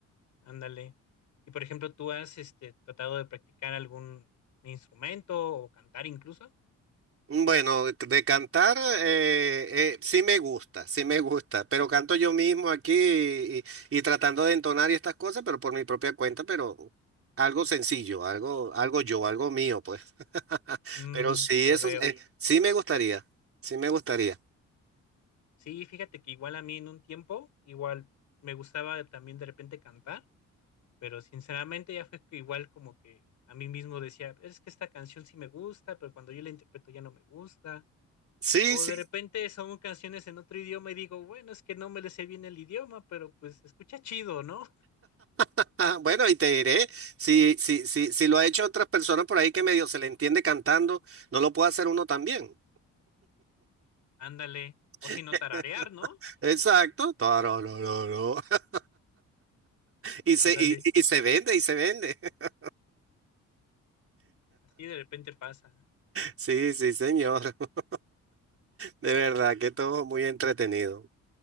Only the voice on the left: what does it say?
Ándale. Y por ejemplo, ¿tú has este, tratado de practicar algún instrumento o cantar incluso?
Mm,
ya
veo.
Sí, fíjate que igual a mí en un tiempo, igual me gustaba también de repente cantar, pero sinceramente ya fue que igual como que a mí mismo decía, es que esta canción sí me gusta, pero cuando yo la interpreto ya no me gusta.
O
de repente son canciones en otro idioma y digo, bueno, es que no me le sé bien el idioma, pero pues se escucha chido, ¿no? <laughs>
Ándale. O si
no tararear, ¿no?
Ándale.
Así de repente pasa.